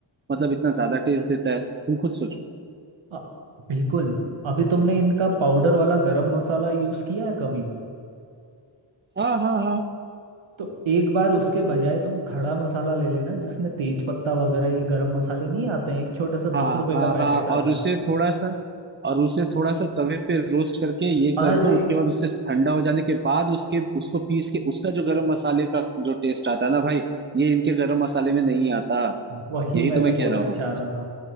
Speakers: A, on the right (about 25°); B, on the right (about 80°).
A: मतलब इतना ज्यादा टेस्ट देता है तुम खुद सोचो
B: अ, बिल्कुल अभी तुमने इनका पाउडर वाला गरम मसाला यूज किया है कभी
A: हाँ हाँ हाँ
B: तो एक बार उसके बजाय तुम खड़ा मसाला ले लेना जिसमें तेज पत्ता वगैरह ये गरम मसाले नहीं आते हैं एक छोटा सा
A: हाँ
B: दस रुपए
A: हाँ
B: का
A: हाँ
B: पैकेट आता
A: और उसे
B: है
A: थोड़ा सा और उसे थोड़ा सा तवे पे रोस्ट करके ये कर
B: अरे
A: दो उसके बाद उससे ठंडा हो जाने के बाद उसके उसको पीस के उसका जो गरम मसाले का जो टेस्ट आता है ना भाई ये इनके गरम मसाले में नहीं आता
B: वही
A: यही
B: मैं
A: तो मैं
B: भी बोलना
A: कह रहा हूँ
B: चाह रहा था